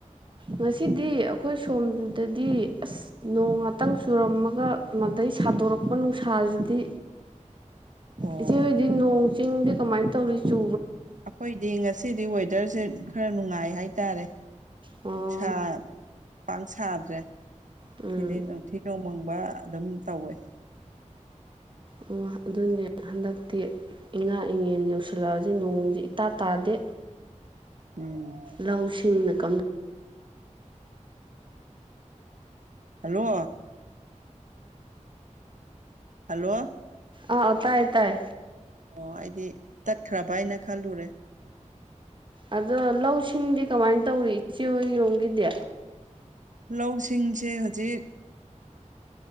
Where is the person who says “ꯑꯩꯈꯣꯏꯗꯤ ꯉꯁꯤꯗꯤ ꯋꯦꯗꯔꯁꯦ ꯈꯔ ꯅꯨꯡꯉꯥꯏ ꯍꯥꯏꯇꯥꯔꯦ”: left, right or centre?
Right